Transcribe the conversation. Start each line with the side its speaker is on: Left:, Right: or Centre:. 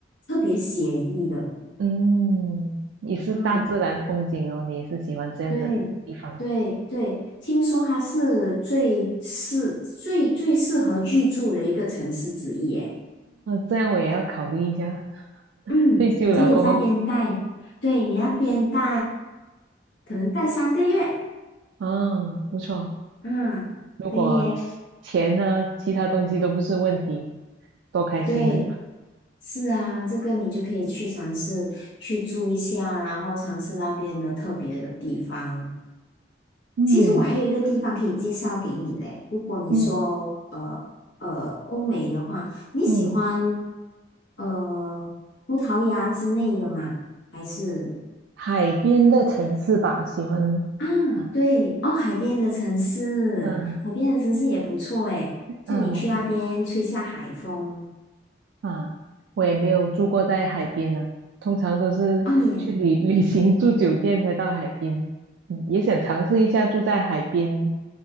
Left: 特别写意的。
Right: 嗯，也是大自然风景哦，
Left: 嗯，
Right: 你也是喜欢这样的地方啊，
Left: 对对对，听说它是最适最最适合居住的一个城市之一。耶。
Right: 这样我也要考虑一下。<laughs>
Left: 嗯，
Right: 退休了过后，
Left: 你可以在那边待，对你那边待，可能待三个月。
Right: 啊，不错。
Left: 嗯，
Right: 如果
Left: 可以耶。
Right: 钱呢，其他东西都不是问题，多开心啊！
Left: 对。是啊，这个你就可以去尝试去住一下，然后尝试那边的特别的地方。
Right: 嗯
Left: 其实我还有一个地方可以介绍给你嘞。如果你说呃呃欧美的话，
Right: 嗯
Left: 你喜欢
Right: 嗯，
Left: 呃葡萄牙之类的吗？还是
Right: 海边的城市吧，喜欢啊，
Left: 啊对哦海边的城市，
Right: 嗯、啊
Left: 海边的城市也不错诶。就你去那边吹下海风
Right: 嗯、啊，我也没有住过在海边呢，通常都是去旅
Left: 哦，你也
Right: <laughs> 旅行住酒店才到海边。嗯，也想尝试一下住在海边